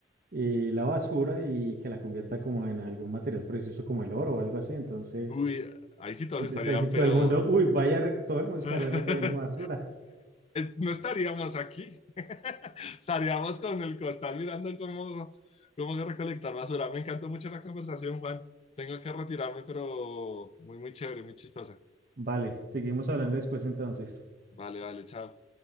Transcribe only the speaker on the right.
eh, la basura y que la convierta como en algún material precioso como el oro o algo así. Entonces,
entonces
ahí sí todo
el mundo, uy, vaya, re- todo el mundo
estaría recogiendo basura.
Vale, seguimos hablando después entonces.